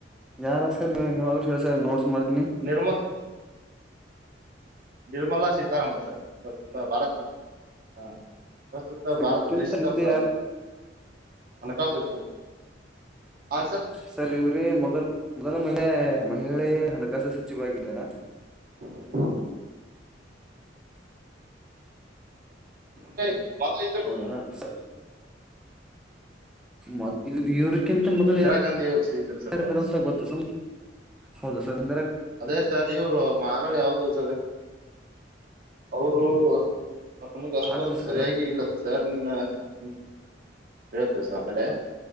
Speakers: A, in the centre; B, on the right.
A: ಯಾರ ನೀ ನೀವಾದ್ರೂ ಹೇಳಸರ್ ನೋಡ್ಸ್ ಮಾಡ್ತೀನಿ
B: ನಿರ್ಮಲ್ ನಿರ್ಮಲಾ ಸೀತಾರಾಮನ್ ಸರ್ ಭಾರತ್ ಹಾ ಪ್ರಸ್ತುತ
A: ಸೊ
B: ಭಾರತ
A: ಇದಕ್ಕಿಂತ
B: ದೇಶದ
A: ಹಿಂದೆ ಯಾರ
B: ಹಣಕಾಸು ಆ ಸರ್
A: ಸರ್ ಇವರೇ ಮೊದಲ್ ಮೊದಲ ಮಹಿಳೆ ಮಹಿಳೆ ಹಣಕಾಸು ಸಚಿವಾಗಿದ್ದಾರಾ
B: ಹ ಹೇ ಮೊದ್ಲು
A: ಹೌದಾ ಸರ್. ಮೊದ್ ಇ ಇವ್ರ ಮೊದಂತ
B: ಇಂದಿರಾ ಗಾಂಧಿ ಅವರು ಇದ್ರು ಸರ್ ಮೊದ್ಲು
A: ಗೊತ್ತ ಹೌದು ಸರ್ ನಿ
B: ಅದೇ ಸರ್ ಇವರು ಮಗಳ ಯಾವ್ದ ಸರ್ ಅವರು ನನಗೆ ಅಷ್ಟೊಂದು
A: ಆಗಲ್ಲ ಸರ್
B: ಸರಿಯಾಗಿ ಇಲ್ಲ ಸರ್ ಹ್ಮ ದಿವಸ ಆಮೇಲೆ